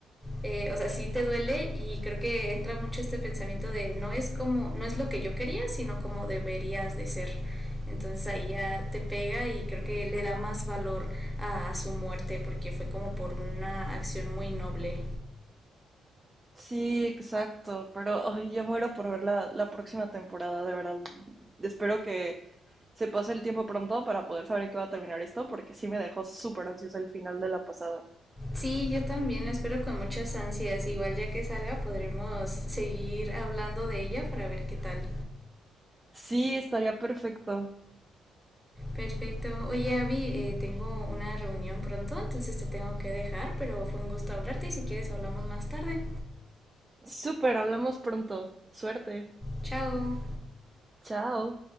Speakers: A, in the centre; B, on the right.
A: eh, o sea, sí te duele y creo que entra mucho este pensamiento de no es como, no es lo que yo quería, sino como deberías de ser. Entonces ahí ya te pega y creo que le da más valor a, a su muerte porque fue como por una acción muy noble.
B: Sí, exacto, pero ay, yo muero por ver la, la próxima temporada, de verdad. Espero que se pase el tiempo pronto para poder saber en qué va a terminar esto, porque sí me dejó súper ansiosa el final de la pasada.
A: Sí, yo también la espero con muchas ansias. Igual ya que salga podremos seguir hablando de ella para ver qué tal.
B: Sí, estaría perfecto.
A: Perfecto. Oye, Abby, eh, tengo una reunión pronto, entonces te tengo que dejar, pero fue un gusto hablarte y si quieres hablamos más tarde.
B: Súper, hablamos pronto. Suerte.
A: Chao.
B: Chao.